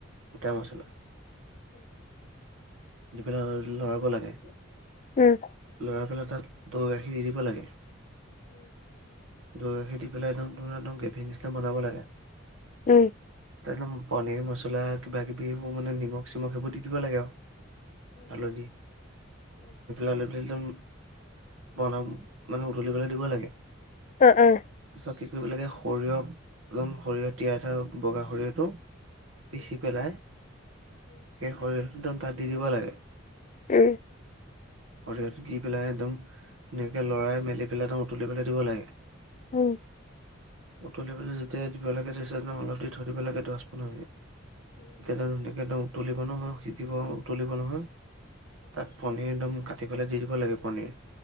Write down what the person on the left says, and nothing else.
উম।
উম।
আ আ।
উম।
উম।